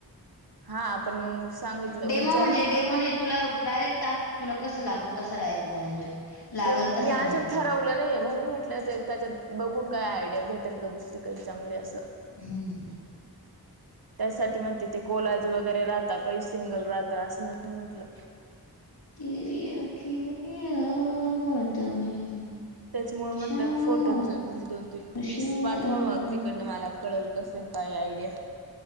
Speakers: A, on the right; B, on the left.
A: हा आपण मग सांगितलं
B: डेमो
A: विचारलं
B: म्हणजे डेमो
A: का?
B: नाही तुला डायरेक्ट टाक तुला कसं लागतो तसा डायरेक्ट बनवुन देतो. लागल
A: ते मी
B: तसा
A: आजुन
B: बनवून देतो
A: ठरवल ु नाही म्हणून म्हटलं तर त्याच्यात बघून काय आयडिया भेटेल का दुसरी काही चांली असं
B: हम्म.
A: <inaudible> त्यासाठी मग तिथे कोलाज वगैरे राहता काही सिंगल राहत असं म्हण म्हटलं.
B: तेरी अखी अखीयो की याद में
A: त्याच्यामुळे
B: शवार
A: म्हटलं फोटोच म्हणजे दोन, तीन पीस
B: शवार
A: पाठवा मग तिकडनं मला कळल कसं काय आयडिया?